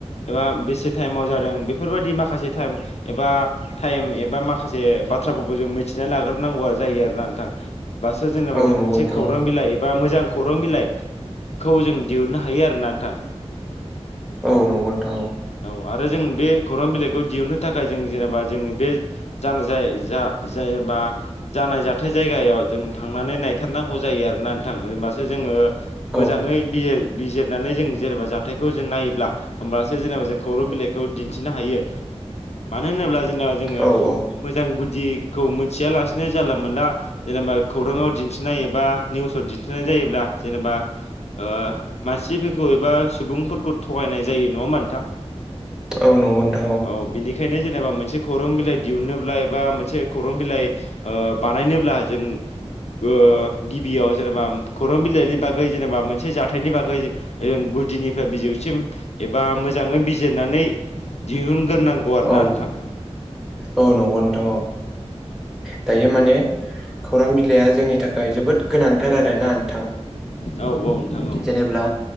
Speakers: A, on the left; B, in the centre.
A: एबा बेसे टाइमाव जादों बेफोरबायदि माखासे एबा टाइम एबा माखासे बा थ्राफोरखौ जों मिथिना लाग्रोनांगौ जायो आरोना नोंथां। होमबासो जेनेबा
B: औ
A: जों
B: नंगौ
A: मोनसे
B: नोंथां
A: खौरां
B: औ
A: बिलाइ एबा मोजां खौरां बिलाइखौ जों दिहुननो हायो आरो ना नोंथां।
B: औ नंगौ नोंथां औ।
A: औ आरो जों बे खौरां बिलाइखौ दिहुननो थाखाय जों जेनेबा जोङो बे जान जाय जा जेनबा जानाय जाथाय जायगायाव जों थांनानै नायथारनांगौ जायो आरोना नोंथां होनबासो जोङो ओ मोजाङै
B: औ
A: बि-बिजिरनानै जों जेनेबा जाथायखौ जों नायोब्ला ओमबा सो जेनेबा जों खौरां बिलाइखौ दिन्थिनो हायो। मानो होनोब्ला जेनेबा जोङो
B: औ औ
A: मोजां गुदिखौ मोनथिया लासेनो जानला मोनला जे नेबा खौराङाव दिन्थिनाय एबा निउसाव दिन्थिनाय जायोब्ला जेनेबा ओ मानसिफोरखौ एबा सुबुंफोरखौ थगायनाय जायो नङा होनबा नोथां।
B: ओ नंगौ नोंथा औ।
A: औ बिनिखायनो जेनेबा मोनसे खौरां बिलाइ दिहुनोब्ला एबा मोनसे खौरां बिलाइ ओ बानाय नोब्ला जों ओ गिबियाव जेनेबा खौरां बिलाइनि बागै जेनेबा मोनसे जाथायनि बागै जों गुदिनिफ्राय बिजौसिम एबा मो जाङै बिजिरनानै दिहुनग्रोनांगौ आरोना
B: औ
A: नोंथां।
B: औ नंगौ नोंथां औ दायो माने खौरां बिलाइआ जोंनि थाखाय जोबोद गोनांथार आरोना नोंथां
A: नोंथां औ
B: जेनेब्ला